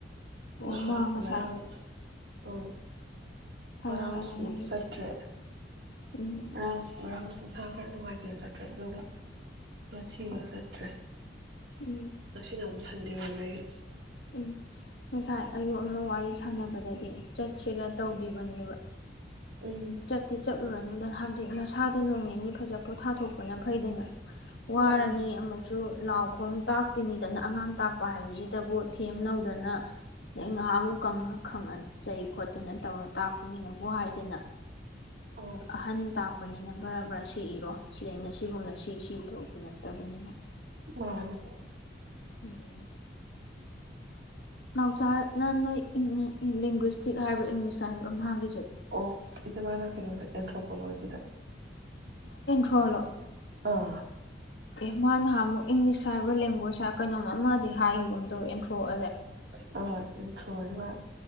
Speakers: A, on the left; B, on the right.
A: ꯑꯣ
B: ꯅꯍꯥꯟ
A: ꯃꯥ ꯉꯁꯥꯏ
B: ꯉꯔꯥꯡꯅꯦ ꯎꯝ
A: ꯍꯥꯏꯔꯣ
B: ꯉꯔꯥꯡ
A: ꯍꯥꯏꯔꯣ
B: ꯁ꯭ꯀꯨꯜ
A: ꯅꯪꯒꯤ
B: ꯆꯠꯇ꯭ꯔꯦ
A: ꯎꯝ
B: ꯉꯔꯥꯡ ꯉꯔꯥꯡꯁꯨ ꯃꯁꯥ ꯈꯔ ꯅꯨꯡꯉꯥꯏꯇꯅ ꯆꯠꯇ꯭ꯔꯦ ꯑꯗꯨꯒ ꯉꯁꯤꯒ ꯆꯠꯇ꯭ꯔꯦ
A: ꯎꯝ
B: ꯉꯁꯤꯅ ꯑꯃꯨꯛ ꯁꯟꯗꯦ ꯑꯣꯏꯕꯒꯤ
A: ꯎꯝ ꯉꯁꯥꯏ ꯑꯌꯨꯛ ꯑꯃ ꯋꯥꯔꯤ ꯁꯥꯟꯅꯕꯗꯗꯤ ꯆꯠꯁꯤꯔ ꯇꯧꯈꯤꯕꯅꯦꯕ
B: ꯎꯝ
A: ꯆꯠꯇꯤ ꯆꯠ ꯆꯠꯂꯨꯔꯅꯨꯗ ꯍꯥꯏꯗꯤ ꯃꯁꯥꯗꯣ ꯅꯣꯡ ꯅꯤꯅꯤ ꯐꯖ ꯄꯣꯊꯥꯊꯣꯛꯄꯅ ꯐꯩꯗꯅ ꯋꯥꯔꯅꯤ
B: ꯃꯥꯅꯦ
A: ꯑꯃꯨꯛꯁꯨ ꯂꯥꯎ ꯈꯣꯡ ꯇꯥꯛꯇꯤꯅꯤꯗꯅ ꯑꯉꯥꯡ ꯇꯥꯛꯄ ꯍꯥꯏꯕꯁꯤꯗꯕꯨ ꯊꯦꯝꯅꯧꯗꯅ ꯑꯗꯩ ꯉꯥꯏꯍꯥꯛꯃꯨꯛ ꯀꯪꯉ ꯈꯪꯉ ꯆꯩ ꯈꯣꯠꯇꯅ ꯇꯧꯔ ꯇꯥꯛꯄꯅꯤꯅꯕꯨ ꯍꯥꯏꯗꯅ
B: ꯑꯧ
A: ꯑꯍꯟ ꯇꯥꯛꯄꯅꯤꯅ ꯕꯔꯥ ꯕꯔꯥ ꯁꯤ ꯏꯔꯣ ꯁꯤꯗ ꯑꯩꯅ ꯁꯤꯐꯧꯅ ꯁꯤ ꯁꯤ ꯇꯧꯕ ꯅꯠꯇꯕꯅꯤꯅ
B: ꯃꯥꯅꯦ
A: ꯎꯝ ꯅꯧꯆꯥ ꯅ ꯅꯣꯏ ꯏꯪꯂꯤ ꯂꯦꯡꯒ꯭ꯨꯁꯇꯤꯛ ꯍꯥꯏꯕ꯭ꯔꯥ ꯏꯪꯂꯤꯁ ꯍꯥꯏꯕ꯭ꯔꯥ ꯃꯥꯒꯤ
B: ꯑꯣ ꯏꯆꯦ ꯃꯥꯅ ꯀꯩꯅꯣꯗ ꯑꯦꯟꯊ꯭ꯔꯣ ꯀꯣꯂꯣꯁꯤꯗ
A: ꯐꯣꯂꯣ
B: ꯑꯥ
A: ꯀꯦꯝ ꯃꯥ ꯅꯍꯥꯃꯨꯛ ꯏꯪꯂꯤꯁ ꯁꯥꯏꯕꯔ ꯂꯦꯡꯒ꯭ꯨꯋꯖ ꯀꯩꯅꯣꯝ ꯑꯃꯗꯤ ꯍꯥꯏꯈꯤ ꯀꯨꯝ ꯇꯧꯔ ꯑꯦꯟꯊ꯭ꯔꯣ ꯑꯣꯢꯔꯦ
B: ꯍꯣ ꯍꯣꯢ ꯑꯦꯟꯊ꯭ꯔꯣꯅꯤ ꯃꯥ